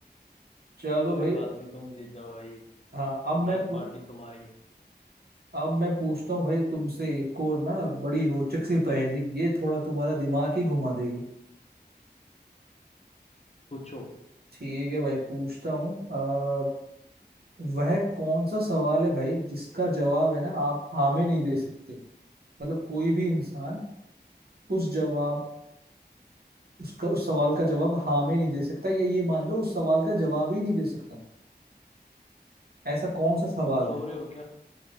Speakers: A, on the right; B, on the left.
A: चलो
B: कोई
A: भाई
B: बात नहीं तुम जीत जाओ भाई
A: हाँ अब मैं
B: आज
A: पू-
B: पार्टी तुम्हारी है
A: अब मैं पूछता हूँ भाई तुमसे एक और ना बड़ी रोचक सी पहेली ये थोड़ा तुम्हारा दिमाग ही घुमा देगी
B: पूछो
A: ठीक है भाई पूछता हूँ अ, वह कौन सा सवाल है भाई जिसका जवाब है ना आप हाँ में नहीं दे सकते मतलब कोई भी इंसान उस जवाब उसका उस सवाल का जवाब हाँ में नहीं दे सकता या ये मान लो उस सवाल का जवाब ही नहीं दे सकता ऐसा कौन सा सवाल
B: तुम सो
A: है
B: रहे हो क्या